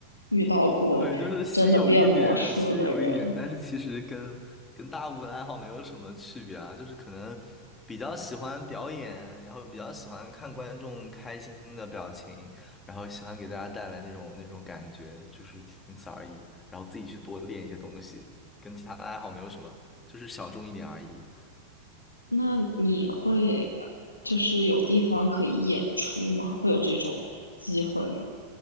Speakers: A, on the left; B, on the left.
A: 遇到过真的变魔术的人。
B: 对，就是稀有一点，稀有一点，但是其实跟跟大部分爱好没有什么区别啊，就是可能比较喜欢表演，然后比较喜欢看观众开心的表情，然后喜欢给大家带来那种那种感觉，就是仅此而已。然后自己去多练一些东西，跟其他的爱好没有什么，就是小众一点而已。
A: 那你会就是有地方可以演出吗？会有这种机会吗？